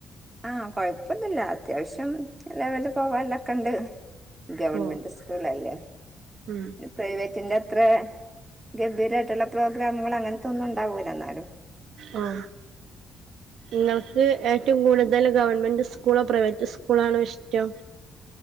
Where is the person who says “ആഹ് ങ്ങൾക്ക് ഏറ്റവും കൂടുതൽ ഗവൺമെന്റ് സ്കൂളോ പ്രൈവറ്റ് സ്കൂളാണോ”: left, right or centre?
Right